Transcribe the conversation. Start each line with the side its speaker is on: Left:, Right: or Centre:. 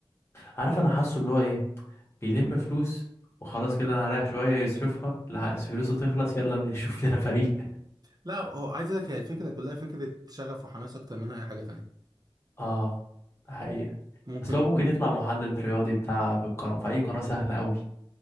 Left: عارف انا حاسه اللي هو ايه بيلم فلوس وخلاص
Right: مم.
Left: كده انا رايح شويه يصرفها لا فلوسه تخلص يلا نشوف لنا فريق
Right: لا هو عايز اقول لك هي الفكره كلها فكره شغف وحماس اكتر منها اي حاجه تانية
Left: <laughs> اه ده حقيقة
Right: هو ممكن
Left: بس لو
Right: يكون
Left: ممكن يطلع محلل رياضي بتاع في القناه في اي قناه سهله قوي